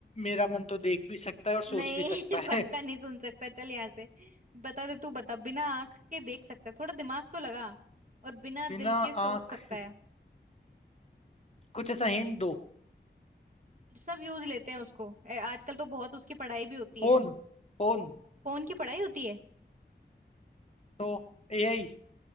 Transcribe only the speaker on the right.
नहीं
<laughs> सबका
नहीं सुन सकता चल यहाँ से बता दे तू बता बिना आंख के देख सकता है थोड़ा दिमाग तो लगा और बिना
दिल के सोच
सकता है
सब यूज लेते हैं उसको ए, आजकल तो बहुत उसकी पढ़ाई भी होती
है
फोन की पढ़ाई होती है